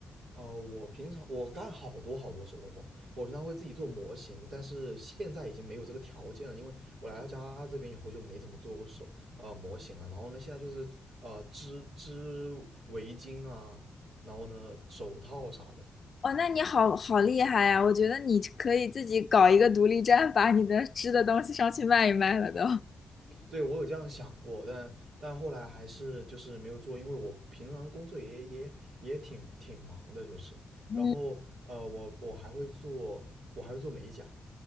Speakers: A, on the right; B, on the left.
A: 呃，我平常我干好多好多手工活，我平常会自己做模型，但是现在已经没有这个条件了，因为我来到加拿大这边以后就没怎么做过手呃模型了。然后呢，现在就是呃织织围巾啊，然后呢手套啥的。
B: 哦，那你好好厉害呀！我觉得你可以自己搞一个独立站，把你的织的东西上去卖一卖了都。
A: 对，我有这样想过，但但后来还是就是没有做，因为我平常工作也也也挺挺忙的，就是。
B: <laughs>
A: 然后呃，我我还会做，我还会做美甲。